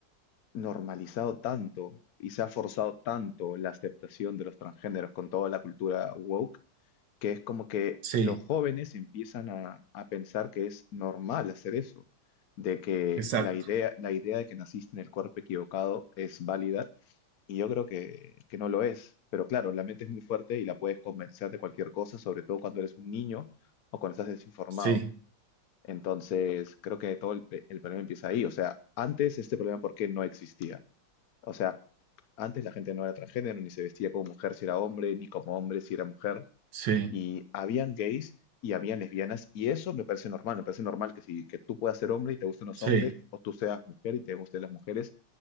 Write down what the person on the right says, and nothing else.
Sí,
exacto.
Sí,
sí,
sí,